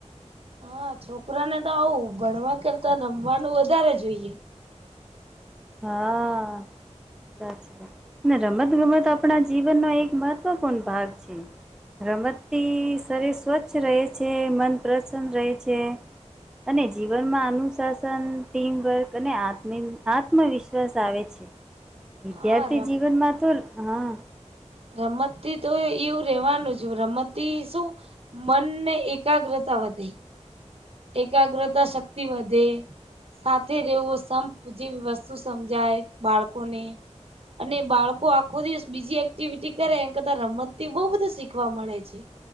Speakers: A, on the right; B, in the centre.
A: હા છોકરાને તો આવું ભણવા કરતા રમવાનું વધારે જોઈએ.
B: હા સાચી વાત ને રમત ગમત આપ આપણા જીવનનો એક મહત્વપૂર્ણ ભાગ છે રમતથી શરીર સ્વચ્છ રહે છે મન પ્રસન્ન રહે છે. અને જીવનમાં અનુશાસન ટીમવર્ક અને હાત મીન. આત્મવિશ્વાસ આવે છે વિદ્યાર્થી
A: હા
B: જીવનમાં તો હા
A: રમતી તો એવું રેવાનું છે રમતી શું. મનને એકાગ્રતા વધે એકાગ્રતા
B: સાચું
A: શક્તિ વધે. સાથે રહેવું સંપ જેવી વસ્તુ સમજાય બાળકોને અને બાળકો આખો દિવસ બીજી એક્ટિવિટી કરે એન કરતા રમત બઉુ બધું શીખવા મળે છે.